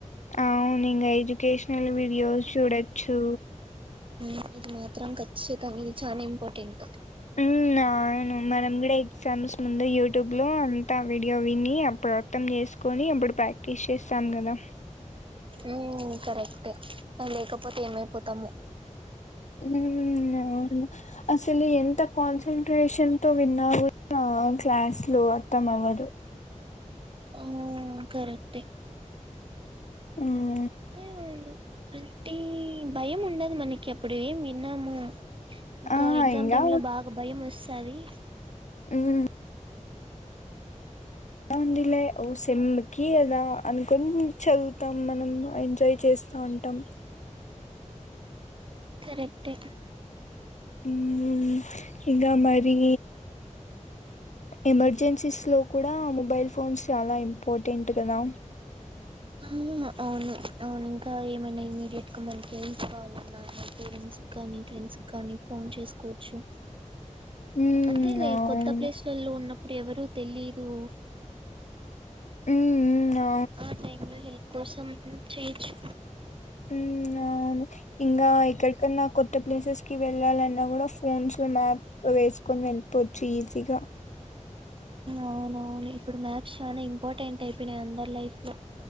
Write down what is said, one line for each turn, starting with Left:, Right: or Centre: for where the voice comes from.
Left: అవును ఇంకా ఎడ్యుకేషనల్ వీడియోస్ చూడొచ్చు
Right: ఉమ్ ఇది మాత్రం ఖచ్చితంగా ఇది చాలా ఇంపార్టెంట్
Left: ఉమ్ నను మనం కూడా ఎక్కి ఎగ్సామ్స్ ముందు యూట్యూబ్ లో అంతా వీడియో విని అప్పుడు అర్థం చేసుకొని అప్పుడు ప్రాక్టి టీస్ చేస్తాము గాద
Right: ఉమ్ కరెక్టే లేకపోతే ఏమైపోతామో
Left: ఉమ్ అవునులే అసలు ఎంత కాన్సన్ంట్రేషన్ తో విన్నా కూడా అ క్లాస్ లో అర్థం అవ్వదు
Right: ఆవ్ కరెక్టే
Left: ఉమ్
Right: ఆమ్ అంటే భయము ఉండదు మనకి అప్పుడే ఎమ్ విన్నాము ఇంకా
Left: ఆ!
Right: ఎగ్జామ్
Left: ఇంగా
Right: టైమ్ లో బాగా భయం వేస్తది
Left: ఉమ్ చానా ఉందిలే ఓ సెమ్ కి కదా అనుకొని చదువుతాం మనం ఎంజాయ్ చేస్త అంటాం
Right: కరెక్టే
Left: ఉమ్ ఇగ మరి ఎమర్జెన్సీస్ లో కూడా మొబైల్ ఫోన్స్ చాలా ఇంపార్టెంట్ కదా
Right: అమ్మ అవును అవును ఇంకా ఏమైనా ఇమీడియట్ గా మనాకి పేరెంట్స్ కావాలన్నా మన పేరెంట్స్ కానీ ఫ్రెండ్స్ కానీ ఫోన్ చేసుకోవచ్చు
Left: హ్మ్.
Right: అంతే లే
Left: అవును.
Right: కొత్త ప్లేస్లలో ఉన్నప్పుడు ఎవరు తెలీదు
Left: ఉమ్ అ
Right: ఆ టైమ్ లో హెల్ప్ కోసం చేయొచ్చు
Left: ఉమ్ అవును ఇంకా ఎక్కడికన్నా కొత్త ప్లేసెస్ కి వెళ్ళాలన్నా కూడా ఫోన్స్ లో మ్యాప్ వేసుకొని వెళ్ళిపోవచ్చు ఈజీగా
Right: అవునవును ఇప్పుడు మ్యాథ్స్ చానా ఇంపార్టెంట్ అయిపోయినాయి అందరు లైఫ్ లో